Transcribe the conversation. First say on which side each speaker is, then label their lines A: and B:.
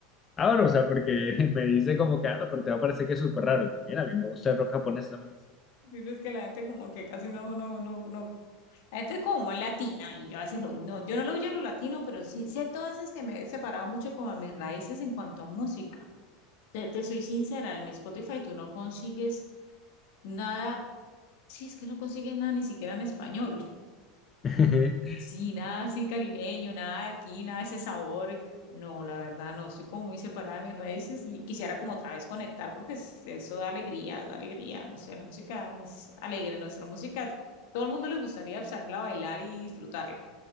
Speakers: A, on the left (about 25°); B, on the left (about 55°).
A: Ah, bueno, o sea, porque <laughs> me dice como que, ah, no, pero te va a parecer que es súper raro. No, mira, a mí me gusta el rock japonés también.
B: Y no es que la gente como que casi no, no, no, no. La gente es como muy latina y yo a veces lo, no, yo no lo huyo a lo latino, pero sí, sí, todas veces que me he separado mucho como a mis raíces en cuanto a música. Te, te soy sincera, en mi Spotify tú no consigues nada Sí, es que no consigue nada ni siquiera en español.
A: <laughs>
B: Sí, nada así caribeño, nada de aquí, nada de ese sabor. No, la verdad, no, estoy como muy separada de mis raíces y quisiera como otra vez conectar porque es- eso da alegría, da alegría, no sé, la música es alegre, nuestra música, todo el mundo le gustaría saberla bailar y disfrutarla.